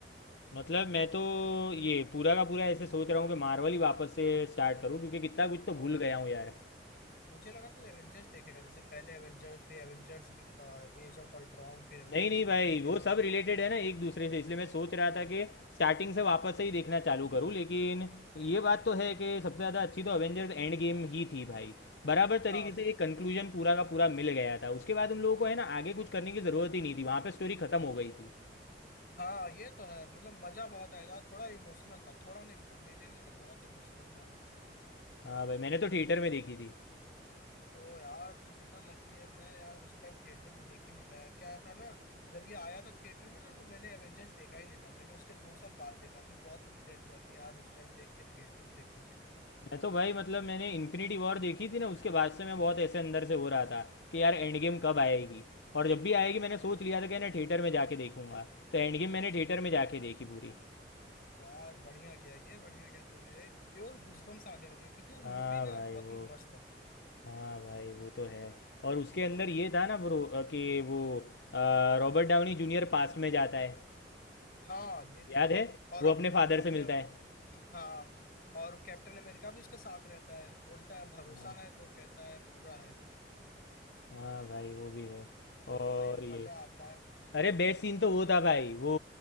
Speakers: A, on the left; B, on the left.
A: मतलब मैं तो ये पूरा का पूरा ऐसे सोच रहा हूँ कि मार्वल ही वापस से स्टार्ट करूँ क्योंकि कितना कुछ तो
B: ओ
A: भूल गया हूँ यार
B: मुझे लगा तू एवेंजर्स देखेगा जैसे पहले एवेंजर्स फिर एवेंजर्स एज ऑफ अल्ट्रॉन फिर एवेंजर्स
A: नहीं नहीं
B: इन्फिनिटी
A: भाई वो
B: वॉर
A: सब रिलेटेड है ना एक दूसरे से इसलिए मैं सोच रहा था कि स्टार्टिंग से वापस से ही देखना चालू करूं लेकिन ये बात तो है कि सबसे ज़्यादा अच्छी तो अवेंजर्स एंड गेम ही थी भाई बराबर तरीके
B: हाँ
A: से एक कंक्लूजन पूरा का पूरा मिल गया था उसके बाद उन लोगों को है ना आगे कुछ करने की ज़रूरत ही नहीं थी वहाँ पे स्टोरी ख़त्म हो गई थी
B: हाँ ये तो है मतलब मजा बहुत आया था थोड़ा इमोशनल था थोड़ा नहीं मतलब मेरे लिए तो बहुत इमोशनल था एवेंजर्स
A: हाँ भाई मैंने तो थिएटर में देखी थी
B: ओ यार तू कितना लकी है मैं यार उस टाइम थिएटर में देख ही नहीं पाया क्या था ना जब ये आया था थिएटर में ना तो मैंने एवेंजर्स देखा ही नहीं था मैंने उसके दो साल बाद देखा फिर बहुत रिग्रेट हुआ कि यार उस टाइम देख के थिएटर में देखना चाहिए था
A: मैं तो भाई मतलब मैंने इन्फिनिटी वॉर देखी थी ना उसके बाद से मैं बहुत ऐसे अंदर से हो रहा था कि यार एंड गेम कब आएगी और जब भी आएगी मैंने सोच लिया था कि ना थिएटर में जाके देखूंगा तो एंड गेम मैंने थिएटर में जाके देखी पूरी
B: यार बढ़िया किया ये बढ़िया किया तूने प्योर गूजबम्स आ गए होंगे क्योंकि वो
A: हाँ
B: मूवी
A: भाई
B: ना बहुत
A: वो
B: ही मस्त है
A: हाँ भाई वो तो है और उसके अंदर ये था ना ब्रो कि वो अ, रॉबर्ट डाउनी जूनियर पास्ट में जाता है
B: हाँ ये तो
A: याद
B: था
A: है
B: और
A: वो
B: अपने
A: अपने फादर
B: अपने
A: से
B: अपने
A: मिलता है
B: हाँ और कैप्टन अमेरिका भी उसके साथ रहता है बोलता है भरोसा
A: हाँ
B: है तो कहता है पूरा है
A: हाँ भाई वो भी है
B: तो
A: और
B: भाई
A: ये
B: मजा आता है
A: अरे बेस्ट सीन तो वो था भाई वो